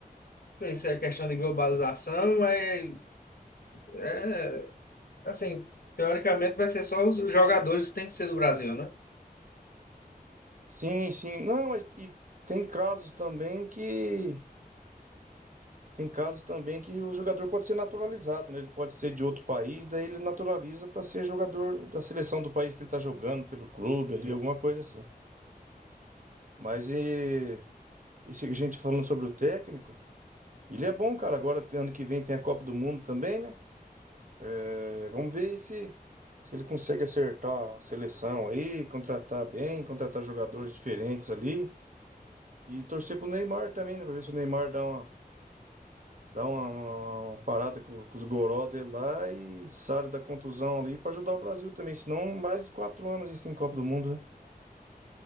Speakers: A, on the left (about 70°); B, on the right (about 55°).
A: sei se é questão de globalização, mas, é, assim, teoricamente vai ser só os os jogadores que tem que ser do Brasil, né?
B: Sim, sim. Não, mas e tem casos também que. Tem casos também que o jogador pode ser naturalizado, né? Ele pode ser de outro país, daí ele naturaliza para ser jogador da seleção do país que ele tá jogando, pelo clube ali, alguma coisa assim. Mas e Esse, a gente tá falando sobre o técnico, ele é bom, cara. Agora, tem- ano que vem tem a Copa do Mundo também, né? É, vamos ver aí se, se ele consegue acertar a seleção aí, contratar bem, contratar jogadores diferentes ali. E torcer pro Neymar também, né? Pra ver se o Neymar dá uma, dá uma, uma- uma parada com, com os goró dele lá e sai da contusão ali pra ajudar o Brasil também. Senão, mais quatro anos aí sem Copa do Mundo, né?